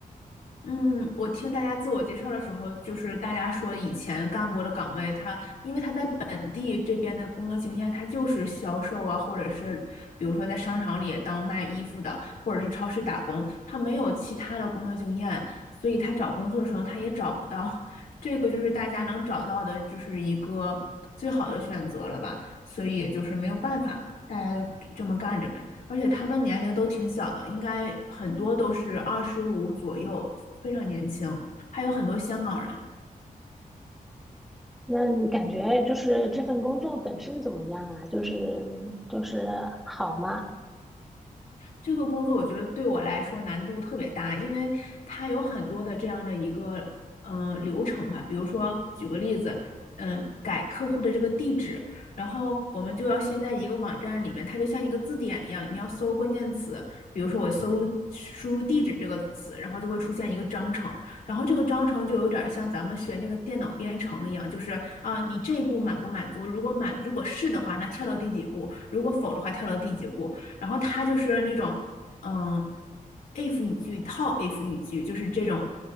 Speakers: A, on the left; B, in the centre.
A: 嗯，我听大家自我介绍的时候，就是大家说以前干过的岗位，他因为他在本地这边的工作经验，他就是销售啊，或者是比如说在商场里当卖衣服的，或者是超市打工，他没有其他的工作经验，所以他找工作的时候他也找不到。<laughs> 这个就是大家能找到的，就是一个最好的选择了吧，所以也就是没有办法，大家就这么干着呗。而且他们年龄都挺小的，应该很多都是二十五左右，非常年轻，还有很多香港人。
B: 那你感觉就是这份工作本身怎么样啊？就是嗯就是好吗？
A: 这个工作我觉得对我来说难度特别大，因为它有很多的这样的一个嗯、呃流程吧。比如说，举个例子，嗯、改客户的这个地址，然后我们就要先在一个网站里面，它就像一个字典一样，你要搜关键词，比如说我搜入输入地址这个词，然后就会出现一个章程，然后这个章程就有点像咱们学那个电脑编程一样，就是啊，你这一步满不满足？如果满，如果是的话，那跳到第几步；如果否的话，跳到第几步。然后他就是那种，嗯，if 语句套 if 语句，就是这种